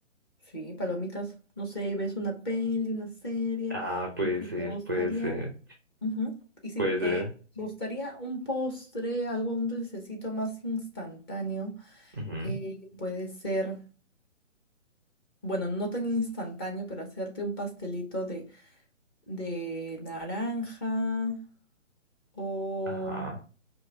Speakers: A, on the left; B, on the right.
A: Sí, palomitas. No sé, ves una peli, una serie.
B: Ah, puede
A: Y si
B: ser,
A: te gustaría,
B: puede ser,
A: ujú, Y si
B: puede
A: te
B: ser.
A: gustaría un postre, algo, un dulcecito más instantáneo,
B: Ujú.
A: eh, puede ser, bueno, no tan instantáneo, pero hacerte un pastelito de, de naranja. o,
B: Ajá.